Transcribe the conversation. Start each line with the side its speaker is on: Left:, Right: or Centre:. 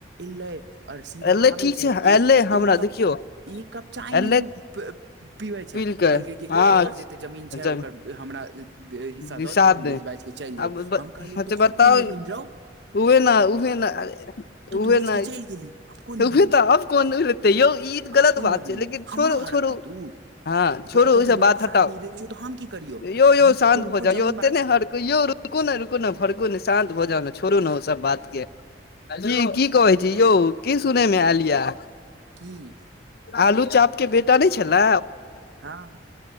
Right: एलै आओर सीधा
Left: एलै
Right: आबै
Left: ठीक
Right: छै एक
Left: एलै हमरा
Right: एक कप
Left: देखियौ
Right: ई कप चाय
Left: एलै
Right: नहि पी पीबै छै
Left: पील के
Right: कहलकै कि
Left: हँ
Right: हमर जते जमीन छै
Left: जब
Right: ओकर हमरा हिस्सा दऽ
Left: हिसाब
Right: दियऽ हम
Left: दे
Right: बेच बाजि कऽ चलि लेब
Left: आब ब-
Right: हम कहलियै तोहर
Left: बताउ
Right: कोन जमीन रहौ
Left: उहे न उहे न उहे
Right: तू बेच
Left: नहि
Right: के चलि गेली आब कोन
Left: उहे
Right: जमीन
Left: तऽ आब कोन तऽ यौ ई गलत
Right: आब कोन
Left: बात
Right: जमीन
Left: छै लेकिन
Right: हमरो
Left: छोड़ू
Right: हड़ब्बी
Left: छोड़ू
Right: तू
Left: हँ छोड़ू
Right: तोहर
Left: ओहिसँ
Right: बेटा
Left: बात हटाउ
Right: साथ नहि दै छियौ तऽ हम की करियौ
Left: यो यो
Right: हम
Left: शान्त
Right: तोहर
Left: हो
Right: कोइ
Left: जा
Right: जमीन
Left: य होते
Right: बात
Left: ने ड़कु यौ रुकू ने रुकु ने भड़कु ने शान्त भऽ जाउ ने छोड़ू ने ओ सब बात के जी की कहै छी यौ की सुनैमे आलिया
Right: की
Left: आलू चाप के बेटा नहि छलए
Right: हँ